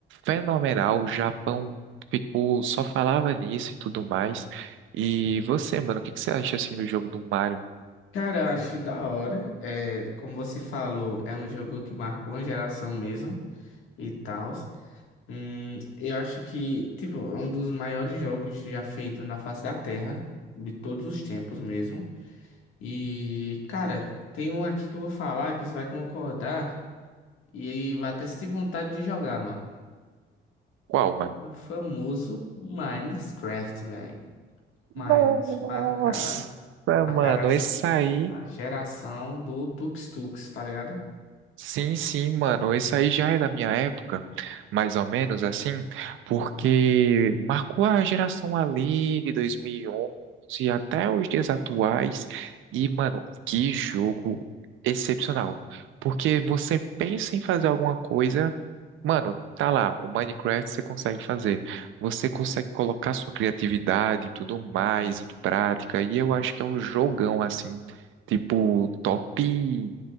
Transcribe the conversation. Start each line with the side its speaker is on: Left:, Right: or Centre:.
Right: fenomenal, o Japão ficou, só falava nisso e tudo mais. E você, mano, o que que você acha assim do jogo do Mario?
Left: Cara, eu acho da hora. É, como você falou, é um jogo que marcou a geração mesmo e tal. Hum, eu acho que, tipo, é um dos maiores jogos já feito na face da Terra, de todos os tempos mesmo. E, cara, tem um aqui que eu vou falar que você vai concordar e aí vai até se ter vontade de jogar, mano.
Right: Qual, mano?
Left: É o famoso Minecraft, man. Mas
Right: Nossa,
Left: marcará, marcará
Right: mano,
Left: assim,
Right: esse aí.
Left: a geração do Tux Tux, tá ligado?
Right: Sim, sim, mano. Isso aí já é da minha época, mais ou menos assim, porque marcou a geração ali de 2011 até os dias atuais. E, mano, que jogo excepcional. Porque você pensa em fazer alguma coisa, mano, tá lá, o Minecraft você consegue fazer. Você consegue colocar sua criatividade e tudo mais em prática. E eu acho que é um jogão assim, tipo, top